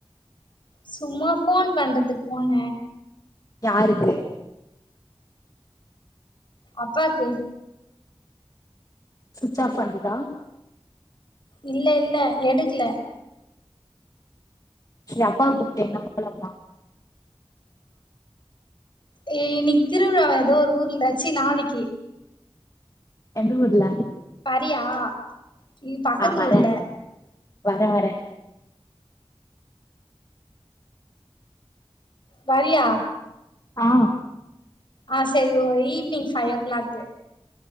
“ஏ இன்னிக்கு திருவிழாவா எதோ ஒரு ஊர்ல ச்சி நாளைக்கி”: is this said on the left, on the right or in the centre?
Left